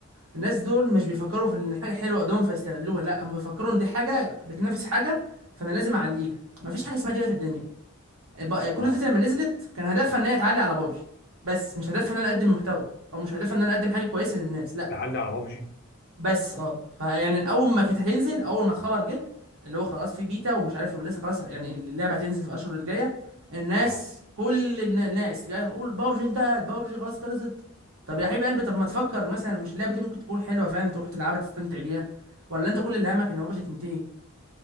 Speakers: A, on the right; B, on the left.
A: الناس دول مش بيفكروا في ان الحاجه حلوه قدامهم فيستغلوها لا هم بيفكروا ان دي حاجه بتنافس حاجه فانا لازم اعليها مفيش حاجه اسمها كده في الدنيا بقى- كل
B: اه
A: اوف لما نزلت
B: يعني
A: كان هدفها ان هي تعلي على بابجي بس مش هدفها ان انا اقدم محتوى او مش هدفها ان انا اقدم حاجه كويسه للناس لا
B: تعلي على بابجي
A: بس اه فيعني اول ما كانت هتنزل اول ما الخبر جه اللي هو خلاص في بيتا ومش عارف والناس خلاص يعني اللعبه هتنزل في الاشهر الجايه الناس
B: اه
A: كل النا- الناس جايه تقول بابجي انتهت بابجي خلاص خلصت طب يا حبيب قلبي طب ما تفكر مثلا مش اللعبه دي ممكن تكون حلوه فعلا تروح تلعبها تستمتع بيها ولا انت كل اللي همك ان بابجي تنتهي